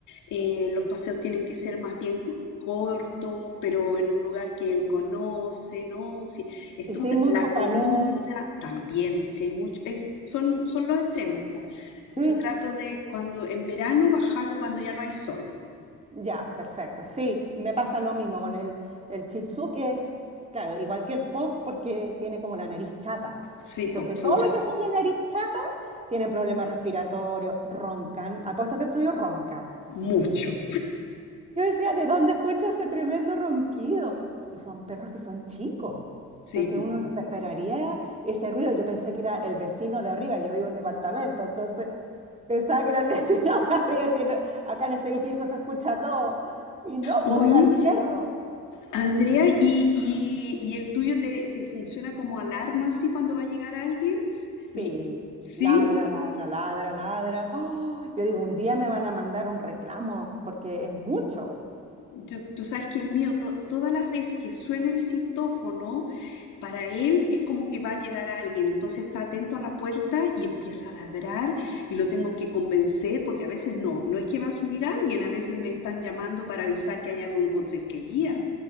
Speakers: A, on the left; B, on the right.
A: eh, los paseos tienen que ser más bien cortos, pero en un lugar que él conoce, ¿no? Sí, esto,
B: Y sin mucho
A: la comida
B: calor.
A: también, si hay mucho, es, son, son los extremos, po.
B: Sí,
A: Yo trato de cuando en verano bajarlo cuando ya no hay sol.
B: ya, perfecto. Sí, me pasa lo mismo con el, el Shih Tzu, que es, claro, igual que el pop, porque tiene como la nariz chata.
A: Sí,
B: Entonces,
A: po, son
B: todos
A: chatos.
B: los que son de nariz chata tienen problemas respiratorios, roncan. Apuesto que el tuyo ronca.
A: Mucho.
B: Yo decía, ¿de dónde escucho ese tremendo ronquido? Y son perros que son chicos.
A: Sí,
B: Entonces
A: po.
B: uno no se esperaría ese ruido. Yo pensé que era el vecino de arriba. Yo vivo en departamento, entonces pensaba que era el vecino <laughs> de arriba. y decía, "No, acá en este edificio se escucha todo. Y no,
A: Oye,
B: pues era el perro.
A: Andrea, ¿y, y- y el tuyo te, te funciona como alarma así cuando va a llegar alguien?
B: Sí,
A: Mi, sí,
B: ladra, ladra, ladra, ladra. ¡Oh! yo digo, un día me van a mandar un reclamo porque es mucho.
A: yo- tú sabes que el mío, to- todas las veces que suena el citófono, para él es como que va a llegar alguien. Entonces está atento a la puerta y empieza a ladrar y lo tengo que convencer porque a veces no, no es que va a subir alguien, a veces me están llamando para avisar que hay algo en consejería.